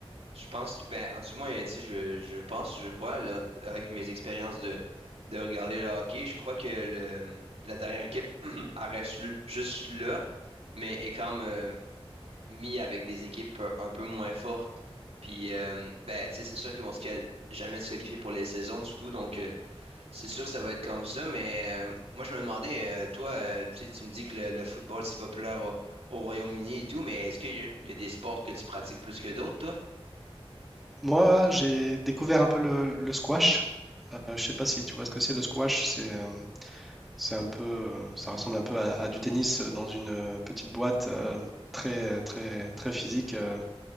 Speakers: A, on the right (about 80°); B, in the centre.
A: je pense que- ben du moins tu sais, je, je pense, je crois, euh, avec mes expériences de, de regarder le hockey, je crois que le, la dernière équipe <clears throat> elle reste juste là, mais est quand même. mis avec des équipes un un peu moins fortes. Puis, euh, ben, tu sais, c'est sûr qu'ils vont se quali- jamais se qualifier pour les saisons, du coup. Donc, euh, c'est sûr que ça va être comme ça. Mais euh, moi, je me demandais, euh, toi, euh, tu sais, tu me dis que le, le football, c'est populaire au, au Royaume-Uni et tout, mais est-ce qu'il y, a il y a des sports que tu pratiques plus que d'autres, toi?
B: Moi, j'ai découvert un peu le, le squash. Euh, je ne sais pas si tu vois ce que c'est le squash. C'est euh, C'est un peu, euh, ça ressemble un peu à, à du tennis euh, dans une euh, petite boîte euh, très, euh, très, très physique. euh,